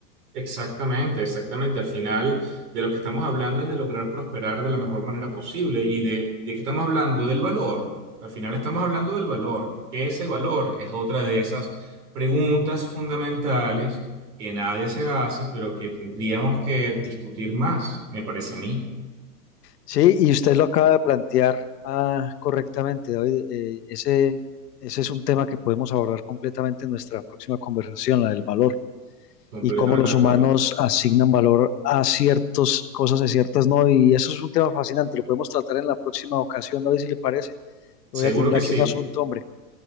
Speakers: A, on the right; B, on the left.
A: Exactamente, exactamente. Al final de lo que estamos hablando es de lograr prosperar de la mejor manera posible y de, de qué estamos hablando del valor. Al final estamos hablando del valor. ¿Qué es el valor? Es otra de esas preguntas fundamentales que nadie se hace, pero que tendríamos que discutir más, me parece a mí.
B: Sí, y usted lo acaba de plantear ah, correctamente, David. Eh, ese, ese es un tema que podemos abordar completamente en nuestra próxima conversación, la del valor
A: Completamente
B: y cómo los
A: de
B: humanos
A: acuerdo.
B: asignan valor a ciertas cosas, a ciertas no. Y eso es un tema fascinante, lo podemos tratar en la próxima ocasión, David, si le parece.
A: Seguro
B: Voy a tener
A: que
B: aquí
A: sí,
B: un asunto, hombre.